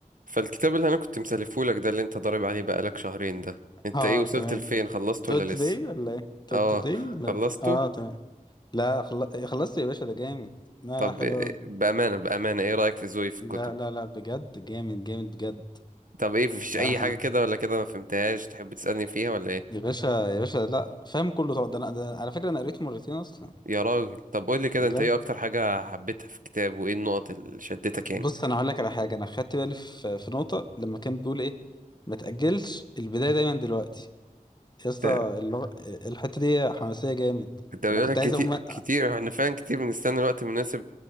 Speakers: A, on the right; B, on the left.
A: فالكتاب اللي انا كنت مسلفهولك ده اللي انت ضارب عليه بقالك شهرين ده انت
B: اه
A: ايه وصلت
B: تمام
A: لفين خلصته
B: تود
A: ولا
B: توداي
A: لسه
B: ولا ايه تود
A: اه
B: توداي ولا
A: خلصته
B: اه تمام لا خل... خلصت يا باشا ده جامد لا
A: طب
B: لا حلو
A: إيه-
B: أوي.
A: بأمانة بأمانة ايه رأيك في ذوقي في
B: لا
A: الكتب
B: لا لا بجد جامد جامد بجد
A: طب ايه مفيش اي
B: لا لا، حلو
A: حاجة كده ولا كده ما فهمتهاش تحب تسألني فيها ولا ايه
B: يا باشا يا باشا لا فاهم كله طبعا ده انا ده على فكره انا قريته مرتين اصلا
A: يا راجل طب قول لي كده
B: بجد
A: انت ايه اكتر حاجة حبيتها في الكتاب وايه النقط اللي شدتك يعني
B: بص انا هقول لك على حاجه انا خدت بالي في في نقطه لما كان بيقول ايه ما تاجلش البدايه دايما دلوقتي يا اسطى
A: ده
B: اللغ... الحته دي حماسيه جامد
A: ده بيقول
B: انا كنت
A: لك كتير
B: عايز اقوم أ-
A: كتير احنا فعلا كتير بنستنى الوقت المناسب